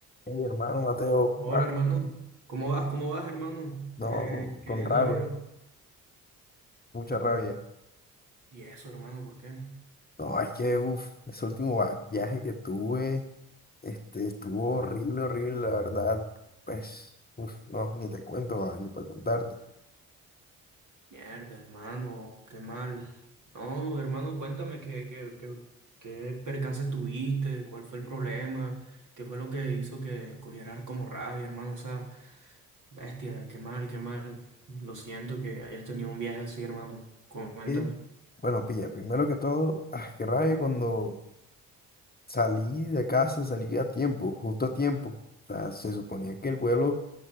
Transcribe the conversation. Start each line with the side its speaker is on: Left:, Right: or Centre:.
Left: Mi hermano Mateo,
Right: Hola
Left: ah,
Right: hermano, ¿cómo vas? ¿Cómo vas hermano?
Left: no,
Right: ¿Qué,
Left: con,
Right: qué
Left: con
Right: hay de
Left: rabia,
Right: nuevo hermano?
Left: mucha rabia.
Right: ¿Y eso hermano? ¿Por qué?
Left: No, es que, uff, ese último va- viaje que tuve, este, estuvo horrible, horrible, la verdad. Pues, uff, no, ni te cuento, va, ni para contarte.
Right: Mierda hermano, qué mal. No hermano, cuéntame qué, qué, qué, qué percances tuviste, cuál fue el problema, qué fue lo que hizo que cogieras como rabia hermano, o sea, bestia, qué mal, qué mal. Lo siento que hayas tenido un viaje así hermano, cuéntame.
Left: Que, bueno, pilla, primero que todo, ah, qué rabia cuando salí de casa, salí a tiempo, justo a tiempo. O sea, se suponía que el vuelo